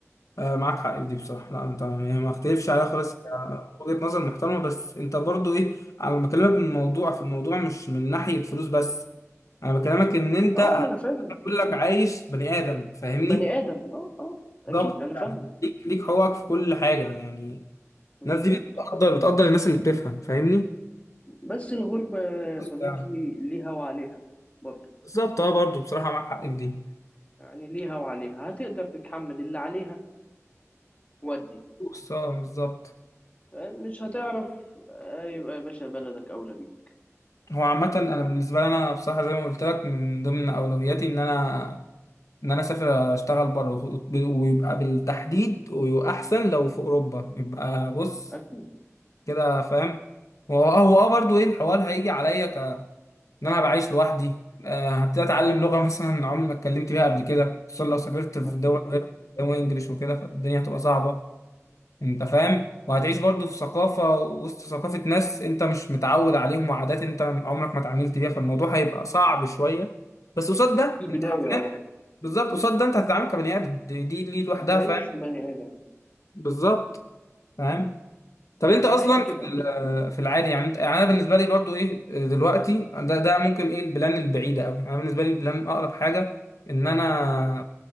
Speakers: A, on the left (about 80°); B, on the left (about 25°).
A: آه، معاك حق في دي بصراحة لا انت يعني ما اختلفش عليها خالص آه، وجهة نظر محترمة بس انت برضو ايه انا بكلمك من الموضوع في الموضوع مش من ناحية فلوس بس انا بكلمك ان انت
B: أه ما أنا فاهم
A: هتقول لك عايش بني ادم فاهمني
B: بني آدم أه أه أكيد
A: بالظبط
B: أنا فاهمك
A: يعني ليك ليك حقوقك في كل حاجة يعني
B: بالظبط
A: الناس دي بتقدر بتقدر الناس اللي بتفهم فاهمني
B: بس الغربة يا صديقي
A: يعني
B: ليها وعليها برضو
A: بالظبط اه برضو بصراحة معاك حق في دي
B: يعني ليها وعليها هتقدر تتحمل اللي عليها ودي
A: بص اه بالظبط
B: مش هتعرف آه، يبقى يا باشا بلدك أولى بيك
A: هو عامة انا بالنسبة لي انا بصراحة زي ما قلت لك من ضمن اولوياتي ان انا ان انا اسافر اشتغل بره ويبقى بالتحديد ويبقى احسن لو في اوروبا يبقى بص
B: أكيد
A: كده فاهم هو هو اه برضه ايه الحوار هيجي عليا ك ان انا بعيش لوحدي آه، هبتدي اتعلم لغه مثلا عمري ما اتكلمت بيها قبل كده خصوصا لو سافرت في
B: أكيد
A: دول
B: أه
A: غير انجلش وكده فالدنيا هتبقى صعبه انت فاهم وهتعيش برضه في ثقافه وسط ثقافه ناس انت مش متعود عليهم وعادات انت عمرك ما اتعاملت بيها فالموضوع هيبقى صعب شويه بس قصاد ده
B: في البداية
A: انت حرفيا
B: أه
A: بالظبط قصاد ده انت هتتعامل كبني ادم دي دي دي لوحدها
B: هتعيش
A: فاهم
B: في بني آدم
A: بالظبط فاهم طب انت
B: ما
A: اصلا
B: هي كده
A: في ال- في العادي يعني انت يعني انا بالنسبه لي برضو ايه دلوقتي ده ده ممكن ايه البلان البعيده قوي انا بالنسبه لي البلان اقرب حاجه ان انا
B: مم.